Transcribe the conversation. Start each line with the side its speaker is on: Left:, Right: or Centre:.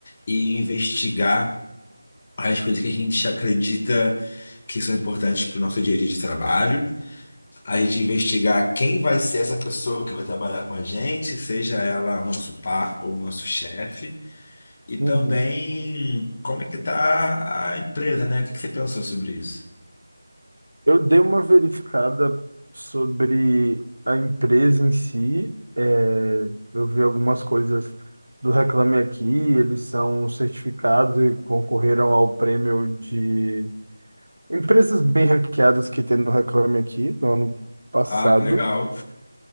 Left: ir investigar as coisas que a gente acredita que são importantes para o nosso dia a dia de trabalho. A gente investigar quem vai ser essa pessoa que vai trabalhar com a gente, seja ela o nosso par ou o nosso chefe. E também
Right: Uhum.
Left: como é que está a empresa, né? O que que você pensou sobre isso?
Right: Eu dei uma verificada sobre a empresa em si. É, eu vi algumas coisas do Reclame Aqui. Eles são certificados e concorreram ao prêmio de Empresas bem ranqueadas que tem no Reclame Aqui no ano passado.
Left: Ah, que legal.